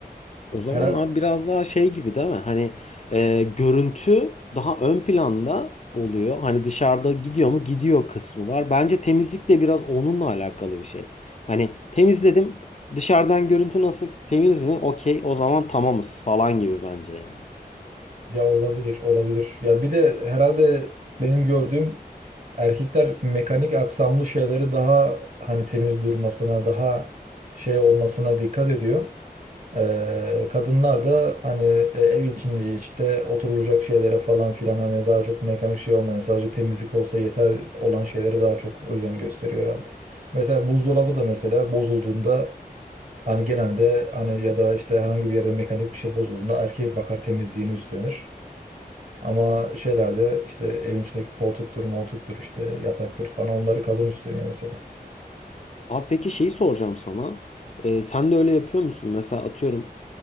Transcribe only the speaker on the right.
Her
ya olabilir, olabilir. Ya bir de herhalde benim gördüğüm erkekler mekanik aksamlı şeyleri daha hani temiz durmasına, daha şey olmasına dikkat ediyor. Ee, kadınlar da hani e, ev içinde işte oturulacak şeylere falan filan hani daha çok mekanik şey olmayan sadece temizlik olsa yeter olan şeylere daha çok özen gösteriyor herhalde. Mesela buzdolabı da mesela bozulduğunda hani genelde hani ya da işte herhangi bir yerde mekanik bir şey bozulduğunda erkek bakar temizliğini üstlenir. Ama şeylerde işte evin içindeki koltuktur, moltuktur işte yataktır falan onları kadın üstleniyor mesela.